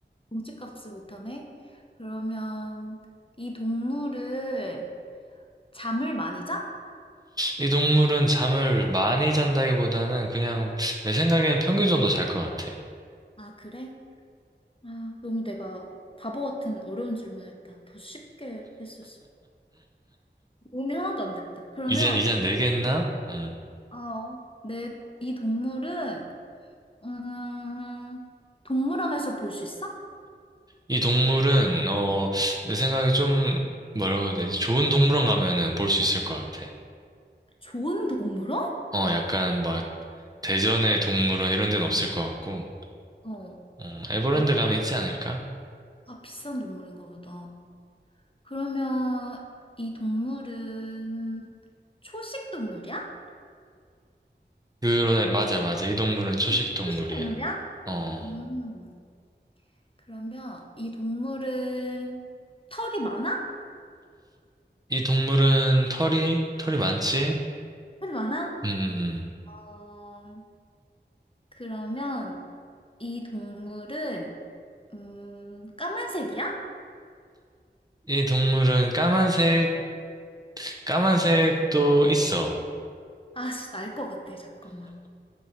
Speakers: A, on the left (about 30°); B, on the right (about 20°).
A: 몸집값을 못하네. 그러면 이 동물은 잠을 많이 자?
B: 이 동물은 잠을 많이 잔다기보다는 그냥 내 생각에는 평균 정도 잘 것 같아.
A: 아, 그래? 아, 너무 내가 바보 같은 어려운 질문을 했다. 더 쉽게 했었어. 도움이 하나도 안 됐다. 그러면
B: 이제, 이제 네 개 했나? 음.
A: 어, 내, 이 동물은, 음, 동물원에서 볼 수 있어?
B: 이 동물은, 어, 내 생각에 좀, 뭐라고 해야 되지? 좋은 동물원 가면은 볼 수 있을 것 같아.
A: 좋은 동물원?
B: 어, 약간 막 대전의 동물원 이런 데는 없을 것 같고,
A: 어,
B: 어, 에버랜드
A: 그-
B: 가면 있지 않을까?
A: 아, 비싼 동물인가 보다. 그러면 이 동물은 초식 동물이야?
B: 그래, 맞아, 맞아. 이 동물은 초식
A: 이
B: 동물이야.
A: 초식 동물이야?
B: 어,
A: 음, 그러면 이 동물은 털이 많아?
B: 이 동물은 털이, 털이 많지?
A: 털이 많아?
B: 음, 음, 음.
A: 어, 그러면 이 동물은, 음, 까만색이야?
B: 이 동물은 까만색, 까만색도 있어.
A: 아씨, 날 것 같아. 잠깐만.